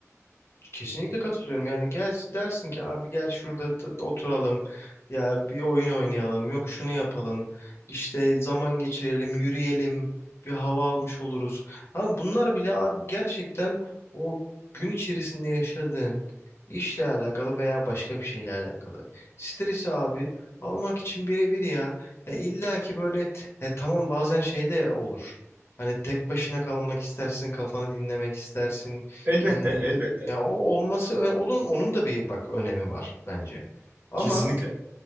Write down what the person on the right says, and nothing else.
Elbette,
elbette.
Kesinlikle.